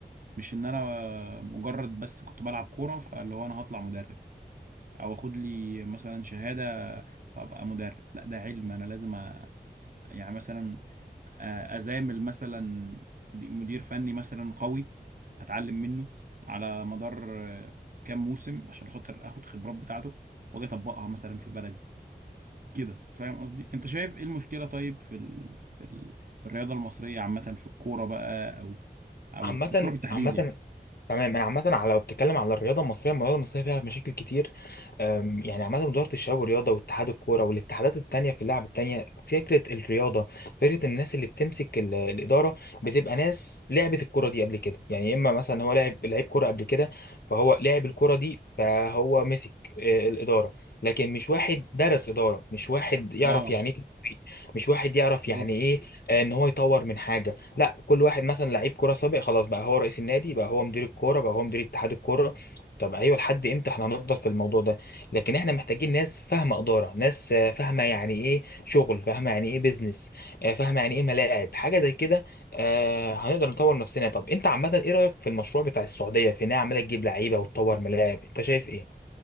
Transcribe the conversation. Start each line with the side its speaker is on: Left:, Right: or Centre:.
Right: مش ان انا مجرد بس كنت بلعب كورة فاللي هو انا هطلع مدرب او اخد لي مثلا شهادة فابقى مدرب لا ده علم انا لازم أ... يعني مثلا آه، ازامل مثلا مدي- مدير فني مثلا قوي اتعلم منه على مدار آه، كام موسم عشان خاطر اخد خبرات بتاعته واجي اطبقها مثلا في بلدي كده فاهم قصدي انت شايف ايه المشكله طيب في ال... في ال... في الرياضه المصريه عامه في الكوره بقى او او
Left: عامة
Right: في الكوره بالتحديد
Left: عامة
Right: يعني
Left: تمام انا عامة على- لو بتتكلم على الرياضة المصرية الرياضة المصرية فيها مشاكل كتير أم، يعني عامة وزارة الشباب والرياضة واتحاد الكورة والاتحادات التانية في اللعب التانية فكرة الرياضة فكرة الناس اللي بتمسك ال- الإدارة بتبقى ناس لعبت الكورة دي قبل كده يعني إما مثلا هو لعب لعيب كورة قبل كده فهو لعب الكورة دي فهو مسك آه، الإدارة لكن مش واحد درس إدارة مش واحد يعرف
Right: اه
Left: يعني إيه مش واحد يعرف
Right: بالظبط
Left: يعني ايه آه، ان هو يطور من حاجه لا كل واحد مثلا لعيب كوره سابق خلاص بقى هو رئيس النادي بقى هو مدير الكوره بقى هو مدير اتحاد الكوره طب ايوه لحد امتى احنا هنفضل في الموضوع ده لكن احنا محتاجين ناس فاهمه اداره ناس آه، فاهمه يعني ايه شغل فاهمه يعني ايه بيزنس آه، فاهمه يعني ايه ملاعب حاجه زي كده آه، هنقدر نطور نفسنا طب انت عامه ايه رايك في المشروع بتاع السعوديه في ان هي عماله تجيب لعيبه وتطور ملاعب انت شايف ايه